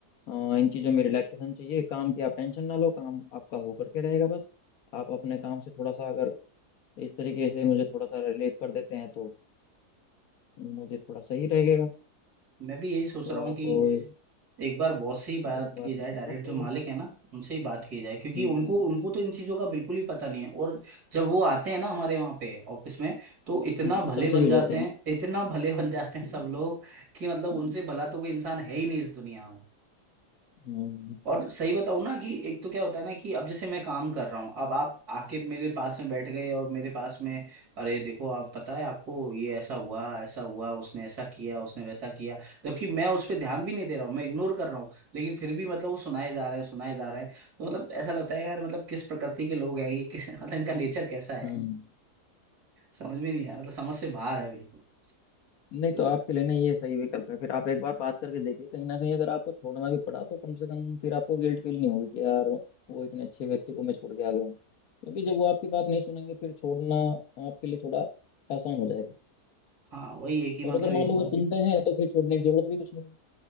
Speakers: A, on the left; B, on the right.
A: अ, इन चीज़ों में रिलैक्सेशन चाहिए काम की आप टेंशन ना लो काम आपका हो करके रहेगा बस आप अपने काम से थोड़ा सा अगर इस तरीके से मुझे थोड़ा सा रिलीफ कर देते हैं तो मुझे थोड़ा सही रहेगा
B: मैं भी यही सोच
A: तो
B: रहा हूँ
A: आप
B: कि
A: एक,
B: एक बार बॉस से ही बात
A: एक बार
B: की जाए
A: मुझसे
B: डायरेक्ट
A: बात कर
B: जो मालिक
A: लीजिए
B: है ना उनसे ही बात की जाए क्योंकि
A: हम्म
B: उनको
A: हम्म
B: उनको तो इन चीज़ों का बिल्कुल ही पता नहीं है और जब वो आते हैं ना हमारे वहाँ पे ऑफिस में तो इतना
A: हम्म, तो
B: भले
A: सब सही
B: बन
A: हो
B: जाते
A: जाते हैं
B: हैं इतना भले बन जाते हैं
A: हम्म
B: सब लोग कि मतलब उनसे
A: हम्म
B: भला तो कोई इंसान है ही नहीं इस दुनिया में
A: हम्म
B: और सही बताऊं ना कि एक तो क्या होता है ना कि अब जैसे मैं काम कर रहा हूँ अब आप आके मेरे पास में बैठ गए और मेरे पास में अरे देखो आप पता है आपको ये ऐसा हुआ ऐसा हुआ उसने ऐसा किया उसने वैसा किया जबकि मैं उस पर ध्यान भी नहीं दे रहा हूँ मैं इग्नोर कर रहा हूँ लेकिन फिर भी मतलब वो सुनाए जा रहे हैं सुनाए जा रहे हैं तो मतलब ऐसा लगता है यार मतलब किस प्रकृति के लोग हैं ये किस <laughs> मतलब इनका नेचर कैसा है
A: हम्म।
B: समझ में नहीं आया मतलब समझ से बाहर है बिल्कुल
A: नहीं
B: तो
A: तो
B: ये-
A: आपके लिए ना ये सही विकल्प है फिर आप एक बार बात करके देखिए कहीं ना कहीं अगर आपको छोड़ना भी पड़ा तो कम से कम फिर आपको गिल्ट फील नहीं होगी कि यार वो इतने अच्छे व्यक्ति को मैं छोड़ के आ गया हूँ क्योंकि जब वो आपकी बात नहीं सुनेंगे फिर छोड़ना आपके लिए थोड़ा आसान हो जाएगा
B: हाँ वही है कि मतलब
A: और अगर
B: एक
A: मान लो
B: बार
A: वो सुनते हैं तो फिर छोड़ने की जरूरत भी कुछ नहीं है